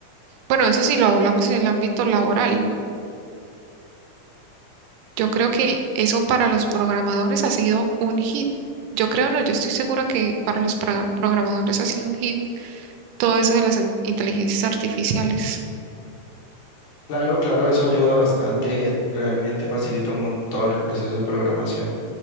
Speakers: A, on the right (about 85°); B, on the left (about 80°).
A: bueno, eso sí lo hablamos en el ámbito laboral, ¿no? Yo creo que eso para los programadores ha sido un hit. Yo creo, no, yo estoy segura que para los pra- programadores ha sido un hit todo eso de las in- inteligencias artificiales.
B: Claro, claro, eso ayuda bastante, realmente facilita un montón el proceso de programación.